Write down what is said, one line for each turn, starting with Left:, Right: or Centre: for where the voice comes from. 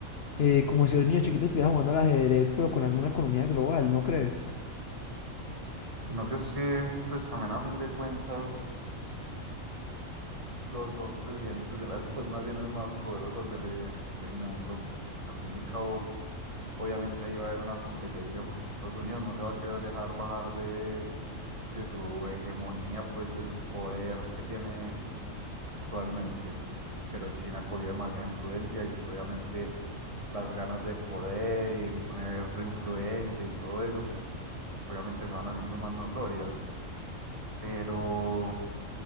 Left: eh, como si los niños chiquitos estuvieran jugando al ajedrez, pero con alguna economía global, ¿no crees?
Right: Sino que es que, pues también a fin de cuentas, los dos presidentes de las <laughs> dos naciones más poderosas de- del mundo, pues al fin y al cabo, obviamente ahí va a haber una competencia porque Estados Unidos no se va a querer dejar bajar de, de su hegemonía, pues de su poder que tiene actualmente. Pero China cogió demasiada influencia y pues obviamente las ganas de poder y imponer su influencia y todo eso, pues obviamente se van haciendo más notorias. Pero, o